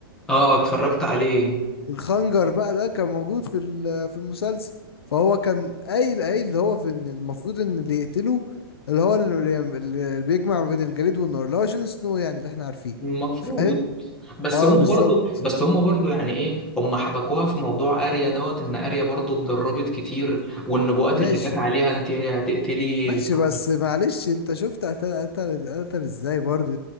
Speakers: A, in the centre; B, on the left (about 85°).
A: اه اتفرجت عليه
B: الخنجر بقى ده كان موجود في ال- في المسلسل فهو كان قايل قايل اللي هو في ان المفروض ان اللي يقتله اللي هو اللي اللي بيجمع بين الجليد والنار اللي هو جون سنو يعني اللي احنا عارفيه
A: المفروض
B: فاهم
A: بس
B: اه
A: هم
B: بالظبط
A: برضو بس هم برضو يعني ايه هم حبكوها في موضوع اريا دوت ان اريا برضو اتدربت كتير والنبوءات
B: ماشي
A: اللي جت عليها انت هتقتلي
B: ماشي
A: بتاع
B: بس معلش انت شفت قتل قتل قتل ازاي برضو